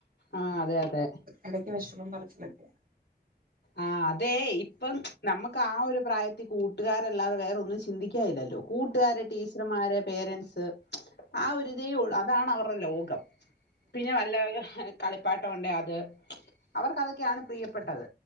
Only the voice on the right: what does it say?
എടക്ക് വെഷമം പറച്ചിലൊക്കെയ.